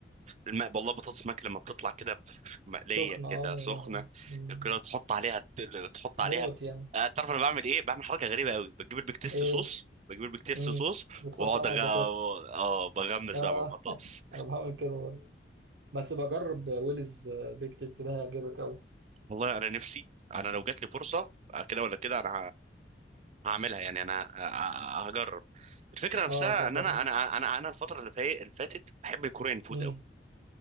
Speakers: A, on the right; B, on the right.
A: الماء والله بطاطس ماك لما بتطلع كده مقليه
B: سخنه
A: كده
B: اه
A: سخنه
B: يا لهوي مم.
A: كده تحط عليها تحط
B: موت
A: عليها
B: يعني
A: آه، تعرف انا بعمل ايه بعمل حركه غريبه قوي بجيب البيك تيست
B: ايه
A: صوص بجيب البيك تيست
B: امم
A: صوص
B: بتحطها
A: واقعد
B: مع
A: أغ...
B: البطاطس
A: اه بغمس
B: اه
A: بقى مع البطاطس
B: <laughs> انا بعمل كده برضه بس بجرب ويلز آه، بيك تيستي ده هيعجبك قوي
A: والله انا نفسي انا لو جات لي فرصه آه، كده ولا كده انا هعملها يعني انا آه، هجرب الفكره نفسها
B: اه جربه
A: ان انا انا انا انا الفتره اللي فا- اللي فاتت بحب الكوريان فود
B: امم
A: قوي